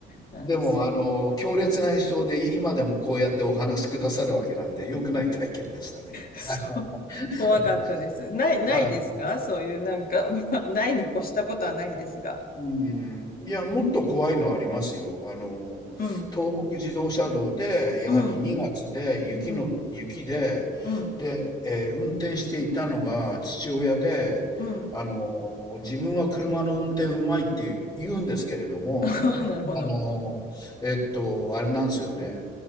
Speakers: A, on the left; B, on the left.
A: うん
B: でも、あの、強烈な印象で今でもこうやってお話しくださるわけなんで、良くない体験でしたね。
A: そう。
B: はい。<laughs>
A: <laughs> 怖かったです。ない、ないですかそういうなんか、
B: はい。
A: <laughs> まあ、ないに越したことはないんですが。
B: うん、いや、もっと怖いのありますよ。あの、
A: うん、
B: 東北自動車道で、やはり2月で雪の、
A: うん、うん、
B: 雪で、
A: うん、
B: で、えー運転していたのが父親で、
A: うん。
B: あの、自分は車の運転うまいって言うんですけれども、
A: <laughs> なるほど。
B: あの、えっと、あれなんですよね。